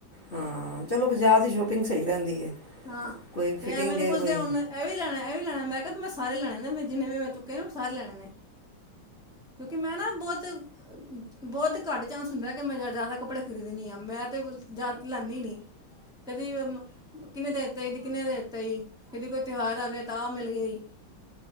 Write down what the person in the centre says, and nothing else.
ਹਾਂ
ਤੇ
ਮੈਨੂੰ
ਪੁੱਛਦੇ
ਹੁਨ ਇਹ ਵੀ ਲੈਣਾ ਐ ਇਹ ਵੀ ਲੈਣਾ ਮੈਂ ਕਿਹਾ ਤੂੰ ਮੈਂ ਸਾਰੇ ਲੈਣੇ ਨੇ ਮੈਂ ਜਿੰਨੇ ਵੀ ਮੈਂ ਚੁੱਕੇ ਨੇ ਉਹ ਸਾਰੇ ਲੈਣੇ ਨੇ ਕਿਉਂਕਿ ਮੈਂ ਨਾ ਬਹੁਤ ਬਹੁਤ ਘੱਟ ਚਾਂਸ ਹੁੰਦਾ ਕਿ ਮੈਂ ਜ਼ਿਆਦਾ ਕੱਪੜੇ ਖਰੀਦਣੀ ਆ ਮੈਂ ਲੈਂਦੀ ਨੀ ਕਦੀ ਕਿੰਨੇ ਦਾ ਦਿੱਤਾ ਕਦੀ ਕਿੰਨੇ ਦਾ ਦਿੱਤਾ ਏ ਕਿਦੀ ਕੋਈ ਤਿਉਹਾਰ ਆ ਗਿਆ ਤਾਂ ਆ ਮਿਲ ਗਿਆ ਹੀ